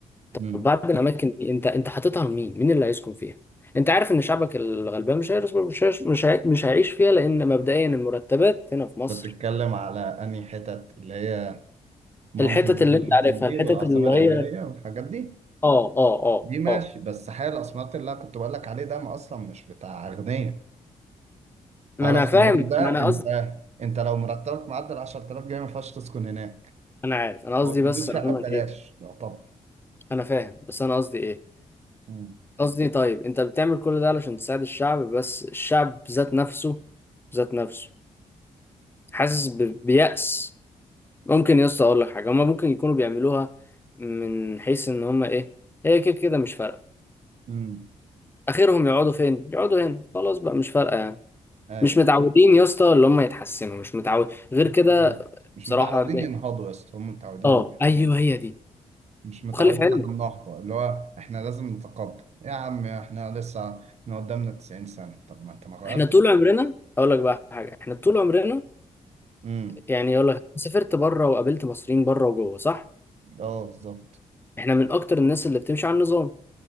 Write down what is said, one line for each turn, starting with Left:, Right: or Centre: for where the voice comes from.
Right: امم
Left: طب بعد الاماكن دي انت انت حاططها لمين؟ مين اللي هيسكن فيها؟ انت عارف ان شعبك الغلبان مش هيرس- مش هيش- مش هي- مش هيعيش فيها لان مبدئيا المرتبات هنا في مصر
Right: انت بتتكلم على انهي حتت اللي هي ماونتن
Left: الحتت
Right: فيو
Left: اللي
Right: والحتت
Left: انت عارفها
Right: دي
Left: الحتت
Right: والعاصمة
Left: اللي
Right: الإدارية
Left: هي
Right: والحاجات دي
Left: اه اه اه
Right: دي ماشي
Left: اه
Right: بس حي الاسمرات اللي انا كنت بقول لك عليه ده ما اصلا مش بتاع اغنياء
Left: ما
Right: حي الاسمرات
Left: انا فاهم
Right: ده
Left: ما انا
Right: انت
Left: قصدي
Right: انت لو مرتبك معدل 10000 جنيه ما ينفعش تسكن هناك
Left: انا عارف انا قصدي
Right: هو بيدوك
Left: بس عموما
Right: شقه ببلاش
Left: ايه
Right: يعتبر
Left: انا فاهم بس انا قصدي ايه
Right: امم
Left: قصدي طيب انت بتعمل كل ده علشان تساعد الشعب بس الشعب ذات نفسه ذات نفسه حاسس ب- بيأس ممكن يا اسطى اقول لك حاجه هما ممكن يكونوا بيعملوها من حيث ان هما ايه هي كده كده مش فارقه
Right: امم
Left: اخرهم يقعدوا فين يقعدوا هنا خلاص بقى مش فارقه يعني
Right: ايوه
Left: مش متعودين يا اسطى اللي هما يتحسنوا مش متعود غير كده
Right: بالظبط مش
Left: بصراحه
Right: متعودين
Left: ده-
Right: ينهضوا يا اسطى هم متعودين
Left: اه ايوه هي دي
Right: مش متعودين
Left: وخلي في علمك
Right: على النهضه اللي هو احنا لازم نتقدم يا عم احنا لسه إحنا قدامنا 90 سنه طب ما انت ما غيرت
Left: احنا طول عمرنا اقول لك بقى حاجه احنا طول عمرنا
Right: امم
Left: يعني اقول لك سافرت بره وقابلت مصريين بره وجوه صح
Right: اه بالظبط
Left: احنا من اكتر الناس اللي بتمشي على النظام